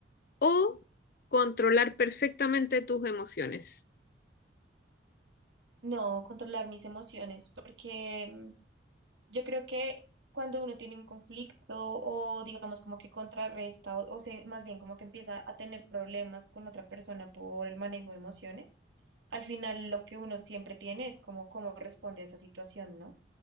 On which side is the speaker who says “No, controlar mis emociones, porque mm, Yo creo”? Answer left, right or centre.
Right